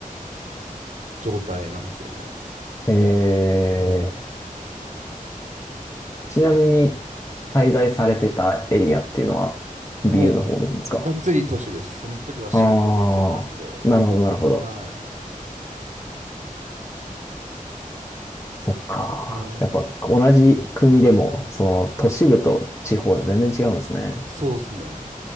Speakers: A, on the right; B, on the left.
A: 状態なんですよね。
B: ん。え
A: は
B: ー、ちなみに、滞在されてたエリアっていうのは、ビルの方ですか
A: い。もう、がっつり都市です。その時は仕事で行ってたんで。
B: ああー、なるほど、なるほど。
A: は
B: そっか。
A: い。はい。
B: やっぱ、同じ国でも、その、都市部と地方は全然違うんですね。
A: そうですね。